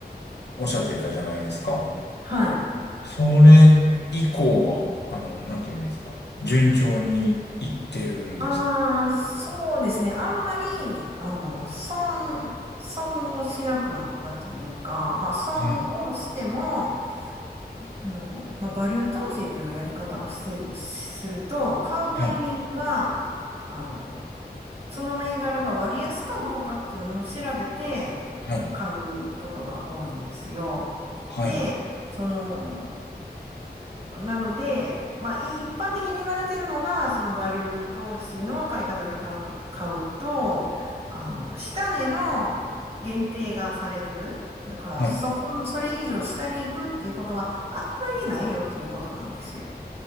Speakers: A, on the left (about 85°); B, on the right (about 35°).
A: おっしゃってたじゃないですか。
B: はい。
A: それ以降は、あの、なんて言うんですか。順調にいってるんです
B: ああ、そうですね。あんまり、あの、損、損をしなくなったというか、まあ、損をしても、
A: か。はい。
B: あの、まあ、バリュー投資というやり方をして、すると、買うタイミングが、
A: はい
B: あの、その銘柄が割安かどうかっていうのを調べて
A: はい。
B: 買うことが多いんですよ。
A: はい。
B: で、その、なので、まあ、い一般的に言われているのが、そのバリュー投資の買い方で買い、買うと、あの、下値の限定がされてる。だから、
A: はい。
B: そこ、それ以上下に行くっていうことがあんまりないよっていうことなんですよ。